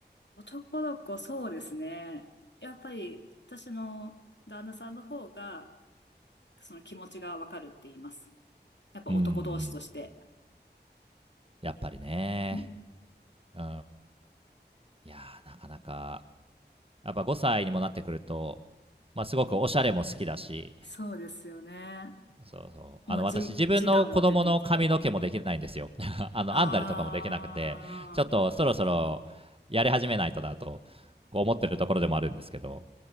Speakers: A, on the left; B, on the right.
A: 男の子、そうですね。やっぱり、私の旦那さんの方が、その気持ちがわかるって言います。やっぱ男同士として。
B: うんうん。やっぱりね。
A: うん
B: うん。いやー、なかなか、やっぱ5歳にもなってくると、まあ、すごくおしゃれも好きだし、
A: そうですよね。
B: そうそう、
A: もうじ、
B: あの、私自分の子供の髪の毛もできないんですよ。
A: 自我も出てきて。
B: <laughs> あの、
A: あ
B: 編んだりとかもできなくて、ちょっとそろそろやり始めないとだと、こう思ってるところでもあるんですけど。